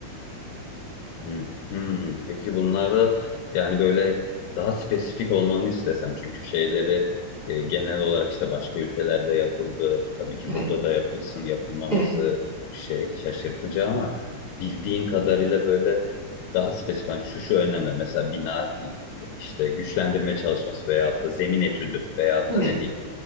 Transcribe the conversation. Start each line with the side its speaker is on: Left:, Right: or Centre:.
Left: Hmm, hmm. Peki bunlarda yani böyle daha spesifik olmanı istesem çünkü şeyleri e, genel olarak işte başka ülkelerde yapıldı. Tabii ki
Right: Evet,
Left: burada da yapılsın yapılmaması
Right: evet,
Left: şey şaşırtıcı ama bildiğin kadarıyla böyle daha spesifik. Yani şu şu önemli mesela bina e, işte güçlendirme çalışması veyahut da zemin etüdü veyahut
Right: evet,
Left: da ne diyeyim